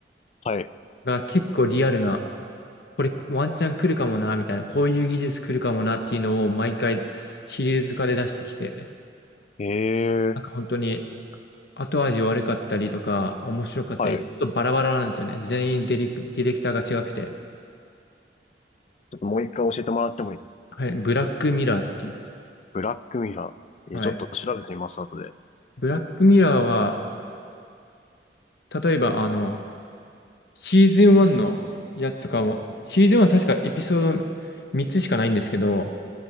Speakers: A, on the left (about 40°); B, on the left (about 65°).
A: はい。
B: が結構リアルな、これワンチャン来るかもな、みたいな、こういう技術来るかもなっていうのを毎回シリーズ化で出してきて、
A: ええ、
B: なんか本当に後味悪かったりとか、面白かったり、
A: はい。
B: ちょっとバラバラなんですよね。
A: ち
B: 全員ディレク、ディレクターが違くて。
A: ょっともう一回教えてもらってもいいですか
B: はい、ブラックミラーっていう。
A: ブラックミラー。
B: はい。
A: えーちょっと調べてみます、後で。
B: ブラックミラーは、例えばあの、シーズン1のやつとかも、シーズン1は確かエピソード3つしかないんですけど、